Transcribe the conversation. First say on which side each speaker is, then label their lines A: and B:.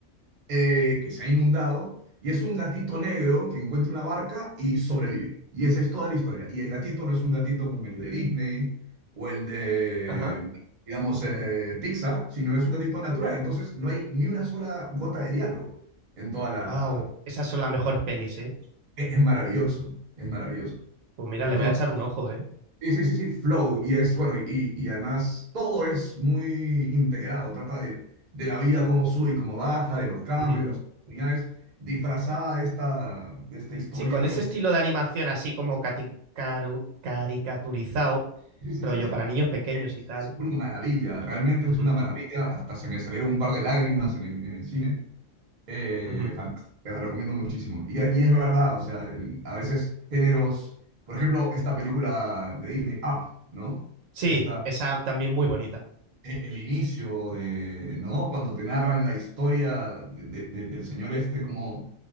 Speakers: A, on the right; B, on the right.
A: eh, que se ha inundado, y es un gatito negro que encuentra una barca y sobrevive. Y esa es toda la historia. Y el gatito no es un gatito como el de Disney o el de,
B: Ajá.
A: digamos, eh, Pixar, sino es un gatito natural. Entonces no hay ni una sola gota de diálogo en toda la...
B: Wow. Esas son las mejores pelis, ¿eh?
A: Es es maravilloso, es maravilloso.
B: Pues mira,
A: Entonces...
B: le voy a echar un ojo, ¿eh?
A: Sí, sí, sí, sí, flow. Y es bueno, y, y además todo es muy integrado. Trata de, de la vida, cómo sube y cómo baja, de los cambios,
B: Ujú.
A: de las oportunidades, disfrazada de esta, de esta historia.
B: Sí, con ese
A: Pues
B: estilo de animación así como cati- caru- caricaturizado,
A: sí, sí,
B: rollo
A: sí, sí.
B: para niños pequeños y tal.
A: Es una maravilla, realmente
B: Ujú,
A: es una maravilla. Hasta se me salieron un par de lágrimas en el, en el cine. Eh,
B: ujú.
A: fantástico, te la recomiendo muchísimo. Y, y es verdad, o sea, el- a veces géneros, por ejemplo, esta película de Disney, Up, ¿no?
B: Sí,
A: Esta.
B: esa también muy bonita.
A: e- el inicio de, ¿no? Cuando te narran la historia de- de- de- del señor este, como